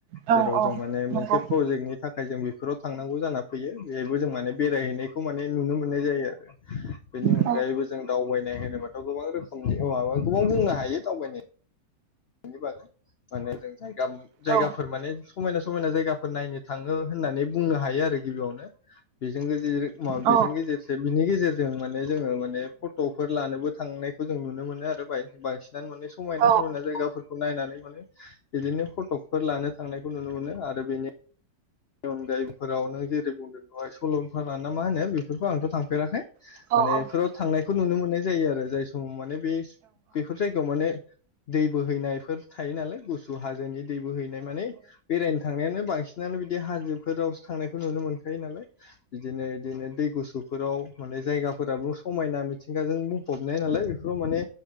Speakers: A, on the right (about 70°); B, on the left (about 75°).
A: औ
B: जेराव
A: औ
B: जों माने
A: नंगौ
B: मोनसे प्रजेक्टनि थाखाय जों बेफोराव थांनांगौ जाना फैयो बेहायबो जों माने बेरायहैनाय खौ माने नुनो मोननाय जायो आरो। बेनि अनगायैबो
A: औ
B: जों दावबायनाय होनोबाथ' गोबां रोखोमनि वाबा गोबां बुंनो हायो दावबायनो नि बागोय माने जों जायगाम- जायगाफोर
A: औ
B: माने समायना समायना जायगाफोर नायनो थाङो होननानै बुंनो हायो आरो गिबियावनो बेजोंनो जेर म
A: औ
B: बेजों गेजेरसे बिनि गेजेरजों माने जोङो माने फट'फोर लानोबो थांनायखौ जों नुनो मोनो आरो बाय-बांसिन। दान माने समायना
A: औ
B: समायना जायगाफोरखौ नायनानै माने बिदिनो फटकफोर लानो थांनायखौ नुनो मोनो आरो बेनि अनगायैफोराव नों जेरै बुंदों दहाय सलनफारा ना मा होनो बेफोरखौ आंथ' थांफेराखै।
A: औ
B: माने बेफोराव थांनायखौ नुनो मोननाय जायो आरो जाय समाव माने बे बेफोर जायगायाव माने दै बोहैनायफोर थायो नालाय गुसु हाजोनि दै बो हैैनाय माने बेरायनो थांनायानो बांसिनानो बि बि हाजोफोरावसो थांनायखौ नुनो मोनखायो नालाय बिदिनो बिदिनो दै गुसुफोराव माने जायगा फोराबो समायना मिथिंगाजों बुंफबनाय नालाय बेफोराव माने